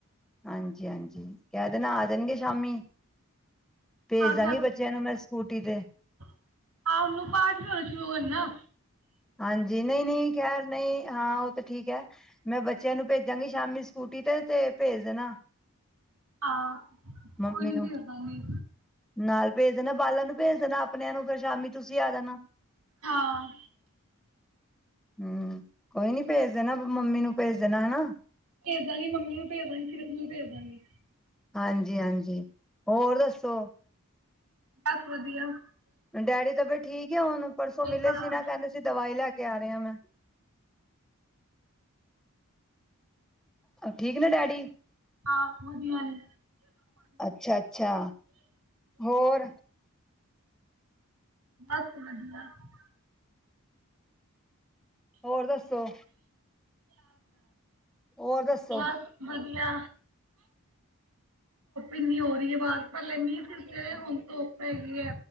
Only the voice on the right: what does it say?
ਹਾਂ
ਆਹ, ਉਹਨੂੰ ਪਾਠ ਲਿਆਉਣਾ ਸ਼ੁਰੂ ਕਰਨਾ।
ਹਾਂ
ਕੋਈ ਨੀ
ਭੇਜ ਦਾਂਗੀ।
ਹਾਂ।
ਭੇਜਦਾ ਨੀ ਮੰਮੀ ਨੂੰ ਭੇਜਦਾ ਨੀ ਸਿਰਫ਼ ਨੂੰ ਭੇਜਦਾ ਨੀ
ਬਸ ਵਧੀਆ
ਹਾਂ
ਆਹ ਵਧੀਆ ਨੇ
ਬਸ ਵਧੀਆ ।
ਚਲ ਵਧੀਆ। ਇੰਨੀ ਹੋ ਰਹੀ ਹੈ ਬਾਹਰ ਪਹਿਲੇ ਮੀਂਹ ਪੈਂਦੇ ਰਹੇ ਹੁਣ ਧੁੱਪ ਹੈੈਗੀ ਏ